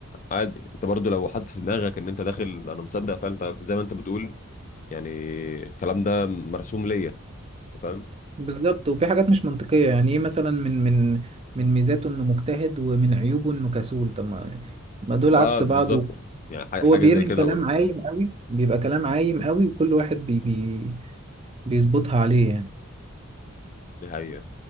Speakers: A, on the left; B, on the right.
A: عادي انت برضو لو حاطط في دماغك ان انت داخل انا مصدق فعلا انت زي ما انت بتقول يعني الكلام ده مرسوم ليا انت فاهم
B: بالظبط وفي حاجات مش منطقية يعني إيه مثلا من من من ميزاته إنه مجتهد ومن عيوبه إنه كسول طب ما ما دول
A: يبقى
B: عكس بعض
A: بالظبط يعني ح- حاجه
B: هو بيرمي
A: زي كده
B: كلام
A: برضو
B: عايم قوي بيبقى كلام عايم قوي وكل واحد بي بي بيظبطها عليه يعني
A: دي حقيقة